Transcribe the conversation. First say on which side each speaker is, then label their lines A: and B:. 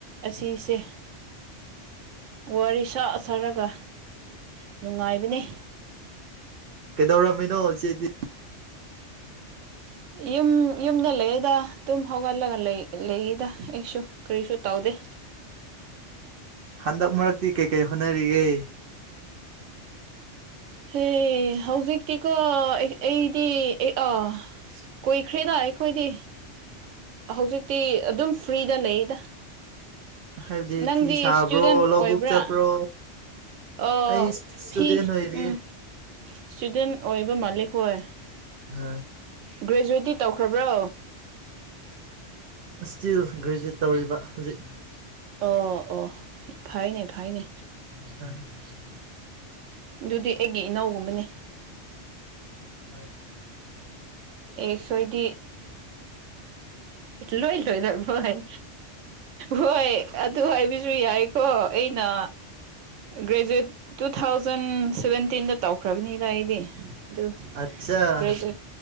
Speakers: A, on the right; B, on the right.
A: ꯑꯁꯤꯁꯦ ꯋꯥꯔꯤ ꯁꯥ ꯁꯥꯔꯒ ꯅꯨꯡꯉꯥꯏꯕꯅꯤ
B: ꯀꯩꯗꯧꯔꯥꯝꯃꯤꯅꯣ ꯆꯦꯗꯤ
A: ꯌꯨꯝ ꯌꯨꯝꯗ ꯂꯩꯌꯦꯗ ꯇꯨꯝ ꯍꯧꯒꯠꯂꯒ ꯂꯩ ꯂꯩꯏꯗ ꯑꯩꯁꯨ ꯀꯔꯤꯁꯨ ꯇꯧꯗꯦ
B: ꯍꯟꯗꯛ ꯃꯔꯛꯇꯤ ꯀꯩꯀꯩ ꯍꯣꯠꯅꯔꯤꯌꯦ
A: ꯍꯦ ꯍꯧꯖꯤꯛꯇꯤꯀꯣ ꯑꯩ ꯑꯩꯗꯤ ꯑꯦ ꯑ ꯀꯨꯏꯈ꯭ꯔꯦꯗ ꯑꯩꯈꯣꯏꯗꯤ ꯍꯧꯖꯤꯛꯇꯤ ꯑꯗꯨꯝ ꯐ꯭ꯔꯤꯗ ꯂꯩꯗ
B: ꯍꯥꯏꯕꯗꯤ
A: ꯅꯪꯗꯤ
B: ꯐꯤ ꯁꯥꯕ꯭ꯔꯣ
A: ꯏꯁꯇꯨꯗꯦꯟ
B: ꯂꯧꯕꯨꯛ
A: ꯑꯣꯏꯕ꯭ꯔꯥ
B: ꯆꯠꯄ꯭ꯔꯣ
A: ꯑꯣ
B: ꯑꯩ ꯏꯁꯇꯨꯗꯦꯟ
A: ꯐꯤ
B: ꯑꯣꯏꯔꯤ
A: ꯎꯝ ꯏꯁꯇꯨꯗꯦꯟ ꯑꯣꯏꯕ ꯃꯥꯂꯦ ꯍꯣꯏ
B: ꯍꯥ
A: ꯒ꯭ꯔꯦꯖꯨꯋꯦꯠꯇꯤ ꯇꯧꯈ꯭ꯔꯕ꯭ꯔꯣ
B: ꯏꯁꯇꯤꯜ ꯒ꯭ꯔꯦꯖꯨꯋꯦꯠ ꯇꯧꯔꯤꯕ ꯍꯨꯖꯤꯛ
A: ꯑꯣ ꯑꯣ ꯐꯩꯅꯦ ꯐꯩꯅꯦ
B: <unintelligible>
A: ꯗꯨꯗꯤ ꯑꯩꯒꯤ ꯏꯅꯥꯎꯒꯨꯝꯕꯅꯦ
B: ꯍ‌ꯣꯏ
A: ꯑꯦꯁ ꯍ‌ꯣꯏꯗꯤ ꯂꯣꯏ ꯂꯣꯏꯔꯕꯣ ꯍꯥꯏ ꯍꯣꯏ ꯑꯗꯨ ꯍꯥꯏꯕꯁꯨ ꯌꯥꯏꯀꯣ ꯑꯩꯅ ꯒ꯭ꯔꯦꯖꯨꯋꯦꯠ ꯇꯨ ꯊꯥꯎꯖꯟ ꯁꯚꯦꯟꯇꯤꯟꯗ ꯇꯧꯈ꯭ꯔꯕꯅꯤꯗ ꯑꯩꯗꯤ ꯑꯗꯨ
B: ꯑꯠꯆꯥ
A: ꯒ꯭ꯔꯦꯖꯨꯋꯦꯠ